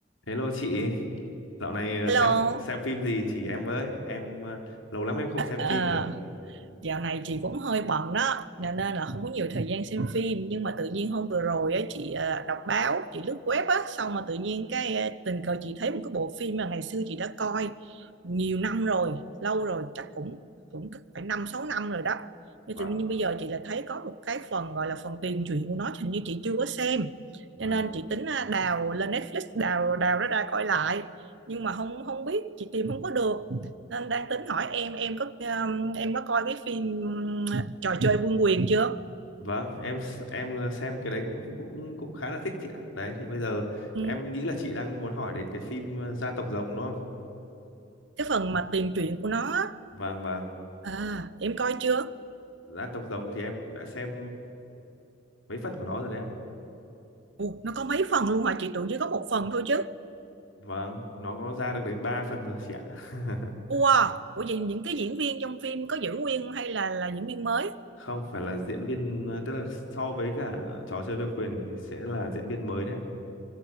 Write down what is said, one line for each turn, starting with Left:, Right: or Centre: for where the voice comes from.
Left: Hello chị, dạo này ờ,
Right: Hello,
Left: xem xem phim gì chỉ em với, em ờ, lâu lắm em không xem
Right: Ờ,
Left: phim rồi.
Right: dạo này chị cũng hơi bận đó, nên nên là không có nhiều thời gian xem phim. Nhưng mà tự nhiên hôm vừa rồi á, chị ờ, đọc báo, chị lướt web á, xong mà tự nhiên cái ờ, tình cờ chị thấy một cái bộ phim mà ngày xưa chị đã coi nhiều năm rồi, lâu rồi, chắc cũng cũng phải năm sáu năm rồi đó. Nhưng
Left: Vâng,
Right: tự nhiên bây giờ chị lại thấy có một cái phần gọi là phần tiền truyện của nó, hình như chị chưa có xem,
Left: vâng.
Right: cho nên chị tính ờ, đào lên Netflix đào đào nó ra coi lại. nhưng mà không không biết chị tìm không có được Nên đang tính hỏi em em có um, em có coi cái phim um, Trò chơi vương quyền chưa?
Left: Vâng, em s- em ờ, xem cái đấy cũng cũng cũng khá là thích chị ạ. Đấy thì bây giờ
Right: Ừ.
Left: em nghĩ là chị đang muốn hỏi đến cái phim ờ, Gia tộc Rồng đúng không?
Right: Cái phần mà tiền truyện của nó á.
Left: Vâng, vâng.
Right: à em coi chưa?
Left: Gia tộc Rồng thì em cũng đã xem mấy phần của nó rồi đấy ạ.
Right: Ồ, nó có mấy phần luôn hả chị tưởng chỉ có một phần thôi chứ.
Left: Vâng, nó có ra được đến 3 phần rồi chị ạ. <laughs>
Right: Wow, ủa vậy những cái diễn viên trong phim có giữ nguyên hay là là diễn viên mới?
Left: Không phải là diễn viên ờ, tức là so với cả trò chơi vương quyền thì sẽ là diễn viên mới đấy. ạ.